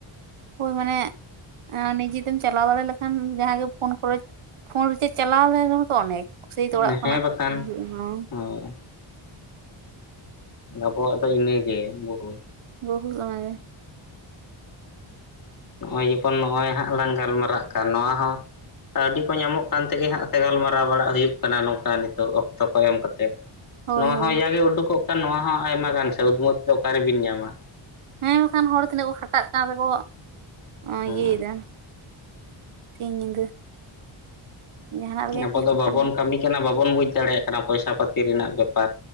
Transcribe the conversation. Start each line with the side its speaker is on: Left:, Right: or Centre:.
Right: ᱦᱳᱭ ᱢᱟᱱᱮ ᱟᱨ ᱱᱤᱡᱮ ᱛᱮᱢ ᱪᱟᱞᱟᱣ ᱫᱟᱲᱮ ᱞᱮᱠᱷᱟᱱ ᱡᱟᱦᱟᱸ ᱜᱮ ᱯᱷᱳᱱ ᱠᱚᱨᱮ ᱯᱷᱳᱱ ᱨᱮ ᱨᱤᱪᱟᱨᱡ ᱪᱟᱞᱟᱣ ᱞᱮᱱ ᱨᱮᱦᱚᱸ ᱛᱚ ᱚᱱᱮᱠ ᱥᱮᱭ
Left: ᱦᱮᱸ
Right: ᱛᱚ ᱚᱲᱟᱜ ᱠᱷᱚᱱᱟᱜ
Left: ᱵᱟᱠᱷᱟᱱ
Right: <unintelligible>
Left: ᱦᱳᱭ ᱟᱵᱚᱣᱟᱜ ᱫᱚ ᱤᱱᱟᱹᱜᱮ ᱵᱩᱦᱩ
Right: ᱵᱚᱦᱩᱛ ᱚᱱᱟ ᱜᱮ
Left: ᱱᱚᱜᱼᱚᱭ ᱡᱚᱠᱷᱚᱱ ᱱᱚᱜᱼᱚᱭ ᱦᱟᱸᱜ ᱞᱟᱝ ᱜᱟᱞᱢᱟᱨᱟᱜ ᱠᱟᱱ ᱱᱚᱣᱟ ᱦᱚᱸ ᱠᱟᱹᱣᱰᱤ ᱠᱚ ᱧᱟᱢᱚᱜ ᱠᱟᱱ ᱛᱮᱜᱮ ᱦᱟᱸᱜ ᱥᱮ ᱜᱟᱞᱢᱟᱨᱟᱣ ᱵᱟᱲᱟᱜ ᱦᱩᱭᱩᱜ ᱠᱟᱱᱟ ᱱᱚᱝᱠᱟ ᱱᱤᱛᱚᱜ ᱚᱠᱛᱚ ᱠᱚ ᱮᱢ ᱠᱟᱛᱮᱫ
Right: ᱦᱳᱭ
Left: ᱱᱚᱣᱟ
Right: ᱦᱳᱭ
Left: ᱦᱚᱸ ᱡᱟ ᱜᱮ ᱩᱰᱩᱠᱚᱜ ᱠᱟᱱ ᱱᱚᱣᱟ ᱦᱚᱸ ᱟᱭᱢᱟ ᱜᱟᱱ ᱥᱮ ᱩᱫᱷᱢᱟᱹ ᱛᱮ ᱫᱚ ᱚᱠᱟᱨᱮᱵᱤᱱ ᱧᱟᱢᱟ
Right: ᱦᱮᱸ ᱵᱟᱠᱷᱟᱱ ᱦᱚᱲ ᱛᱤᱱᱟᱹᱜ ᱠᱚ ᱠᱷᱟᱴᱟᱜ ᱠᱟᱱ ᱨᱮᱠᱚ ᱤᱭᱟᱹᱭᱮᱫᱟ
Left: ᱦᱮᱸ
Right: ᱥᱤᱧ ᱧᱤᱫᱟᱹ ᱡᱟᱦᱟᱱᱟᱜ ᱨᱮᱜᱮ
Left: ᱟᱵᱚ
Right: ᱟᱨᱠᱤ
Left: ᱫᱚ
Right: ᱠᱷᱟᱴᱟᱜ
Left: ᱵᱟᱵᱚᱱ
Right: ᱦᱩᱭᱩᱜ
Left: ᱠᱟᱹᱢᱤ ᱵᱟᱵᱚᱱ ᱵᱩᱡᱽ ᱫᱟᱲᱮᱭᱟᱜ ᱠᱟᱱᱟ ᱯᱚᱭᱥᱟ ᱯᱟᱛᱤ ᱨᱮᱱᱟᱜ ᱵᱮᱯᱟᱨ